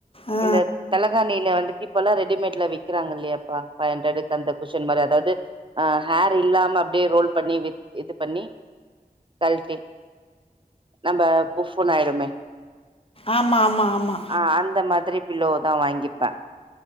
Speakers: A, on the left; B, on the right.
A: ஆ
B: இந்த தலகாணில வந்துட்டு இப்பல்லா ரெடிமேட்ல விக் விக்கறாங்க இல்லையாப்பா ஃபைவ் ஹண்ரட்க்கு அந்த குசன் மாறி அதாவது அ ஹேர் இல்லா சும்மா அப்டியே ரோல் பண்ணி இது பண்ணி கழிட்டி நம்ப புஃப்புன்னு ஆயிடுமே
A: ஆமா ஆமா ஆமா
B: ஆ அந்த மாதிரி பில்லோவதா வாங்கி இருந்தா